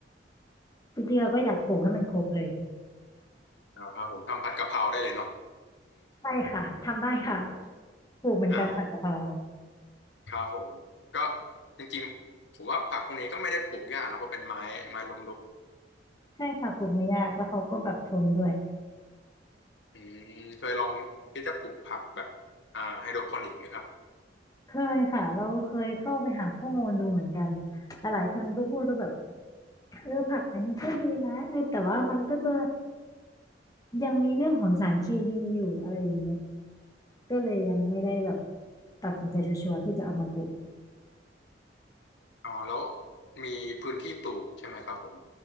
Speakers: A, on the left; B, on the left.
A: จริงๆเราก็อยากปลูกให้มันครบเลย
B: อ่าครับผมทำผัดกะเพราได้เลยเนาะ
A: ใช่ค่ะทำได้ค่ะปลูกเหมือนกันผักกะเพรา
B: อ่าครับผมก็จริงๆผมว่าผักพวกนี้ก็ไม่ได้ปลูกยากนะเพราะเป็นไม้ไม้ล้มลุก
A: ใช่ค่ะปลูกไม่ยากแล้วเขาก็แบบทนด้วย
B: อืมเคยลองที่จะปลูกผักแบบอ่าไฮโดรโปนิกไหมครับ
A: เคยค่ะเราเคยเข้าไปหาข้อมูลดูเหมือนกันหลายๆคนก็พูดว่าแบบเออผักอันนี้ก็ดีนะเออแต่ว่ามันก็จะยังมีเรื่องของสารเคมีอยู่อะไรอย่างเงี้ยก็เลยยังไม่ได้แบบตัดสินใจชัวร์ๆที่จะเอามาปลูก
B: อ๋อแล้วมีพื้นที่ปลูกใช่ไหมครับผม